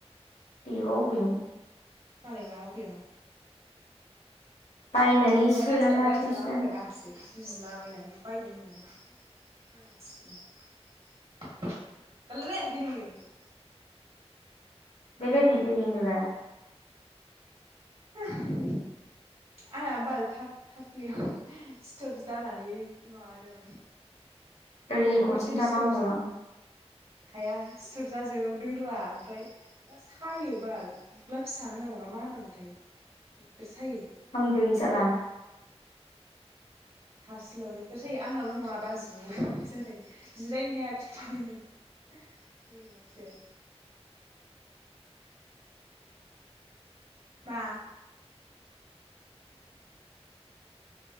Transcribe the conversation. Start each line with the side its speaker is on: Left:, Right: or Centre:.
Left: बेबा अबेयाव।
Right: मालायबा अबेयाव।
Left: बायनानै
Right: अ
Left: सोनानै
Right: रायजा
Left: लाखिनायसैदां
Right: रायजालाबायबाय आंहासो। जुजिलाबायनानै बायदों होननानै लासिदि <unintelligible>
Left: <unintelligible>
Right: <inaudible> आ बाल थाब थाबलियाव सिथोब जानानै माबादों
Left: ओरै
Right: दखरसे
Left: गरसेनो थाफा
Right: स्टर
Left: हामगौलां
Right: हाया सिथुर जाजोबोदोंद्रा ओमफ्राय दा सायो बाल गु्ला फिसा होननांगौ ना मा होनांगौथाय नोगगोर सायो।
Left: हामदनो सालला।
Right: फार्स्टल' नोगोर सायो आंनाल' नङा बाजिनावबो जादों। जिरायनो हाया खिथु'नो बोरैबासो। मा।